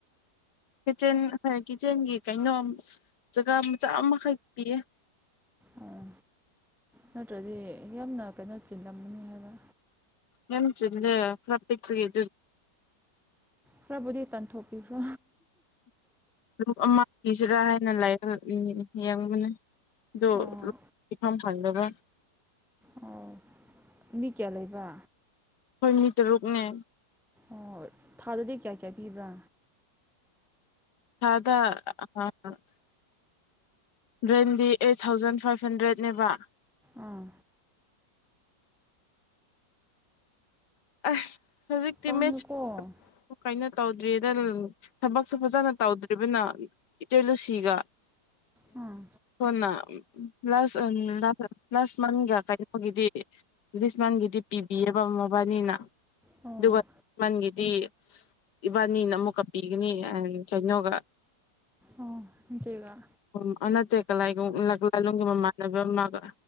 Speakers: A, on the left; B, in the centre.
A: ꯀꯤꯠꯆꯦꯟ ꯍꯣꯏ ꯀꯤꯠꯆꯦꯟꯒꯤ ꯀꯩꯅꯣ ꯖꯒꯥ ꯃꯆꯥ ꯑꯃꯈꯛ ꯄꯤꯌꯦ
B: ꯑꯣ ꯅꯠꯇ꯭ꯔꯗꯤ ꯌꯥꯝꯅ ꯀꯩꯅꯣ ꯆꯤꯟꯂꯝꯅꯤ ꯍꯥꯏꯕ
A: ꯌꯥꯝ ꯆꯤꯜꯂꯦ ꯅꯠꯇꯦ ꯀ꯭ꯔꯤ ꯑꯗꯨ
B: ꯈꯔꯕꯨꯗꯤ ꯇꯥꯟꯊꯣꯛꯄꯤꯈ꯭ꯔꯣ
A: ꯂꯨꯞ ꯑꯃ ꯄꯤꯁꯤꯔꯥ ꯍꯥꯏꯅ ꯂꯥꯏꯔꯛ ꯌꯦꯡꯕꯅꯤ ꯑꯗꯨ
B: ꯑꯣ
A: ꯍꯤꯐꯝ ꯐꯪꯗꯔꯦ
B: ꯑꯣ ꯃꯤ ꯀꯌꯥ ꯂꯩꯕ
A: ꯑꯈꫭꯏ ꯃꯤ ꯇꯔꯨꯛꯅꯦ
B: ꯑꯣ ꯊꯥꯗꯗꯤ ꯀꯌꯥ ꯀꯌꯥ ꯄꯤꯕ꯭ꯔꯥ
A: ꯊꯥꯗ <unintelligible> ꯔꯦꯟꯗꯤ ꯑꯩꯠ ꯊꯥꯎꯖꯟ ꯐꯥꯏꯚ ꯍꯟꯗ꯭ꯔꯦꯠꯅꯦꯕ
B: ꯑꯥ
A: ꯑꯦ ꯍꯧꯖꯤꯛꯇꯤ
B: ꯇꯥꯡꯉꯦꯀꯣ
A: ꯃꯤꯠ ꯀꯩꯅꯣ ꯇꯧꯗ꯭ꯔꯤꯗ ꯊꯕꯛꯁꯨ ꯐꯖꯅ ꯇꯧꯗ꯭ꯔꯤꯕꯅ ꯏꯆꯦ ꯂꯨꯁꯤꯒ
B: ꯑꯥ
A: ꯍꯣꯅꯥ ꯄ꯭ꯂꯁ ꯄ꯭ꯂꯁ ꯃꯒ ꯀ ꯑꯩꯈꯣꯏꯒꯤꯗꯤ ꯏꯪꯂꯤꯁꯃꯥꯟꯒꯤꯗꯤ ꯄꯤꯕꯤꯑꯕ ꯃꯣꯕꯥꯏꯅꯤꯅ
B: ꯑꯣ
A: ꯑꯗꯨꯒ ꯃꯟꯒꯤꯗꯤ ꯏꯕꯥꯅꯤꯅ ꯑꯃꯨꯛꯀ ꯄꯤꯒꯅꯤ ꯍꯥꯏꯔꯒ ꯀꯩꯅꯣꯒ
B: ꯑꯣ ꯍꯧꯖꯤꯛꯔ꯫
A: ꯎꯝ ꯅꯠꯇꯦꯂ ꯂꯥꯂꯣꯡꯒꯤ ꯃꯃꯥꯟꯅꯕ ꯑꯃꯒ